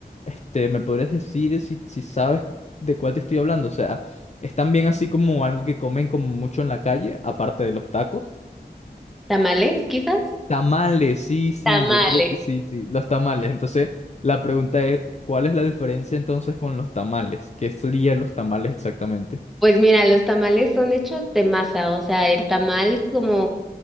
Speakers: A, on the left; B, in the centre.
A: Este, ¿me podrías decir si, si sabes de cuál te estoy hablando? O sea, es también así como algo que comen como mucho en la calle, aparte de los tacos.
B: ¿Tamales, quizás?
A: Tamales, sí, sí,
B: Tamales.
A: yo creo que sí, sí, los tamales. Entonces, la pregunta es, ¿cuál es la diferencia entonces con los tamales? ¿Qué serían los tamales exactamente?
B: Pues mira, los tamales son hechos de masa, o sea, el tamal como